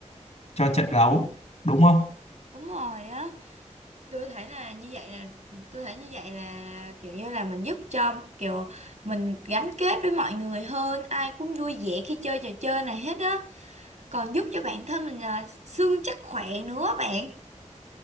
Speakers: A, on the left; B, on the right.
A: cho trận đấu đúng không
B: đúng rồi á tôi thấy là như vậy là tôi thấy như vậy là kiểu như là mình giúp cho kiểu mình gắn kết với mọi người hơn ai cũng vui vẻ khi chơi trò chơi này hết á còn giúp cho bản thân mình là xương chắc khỏe nữa bạn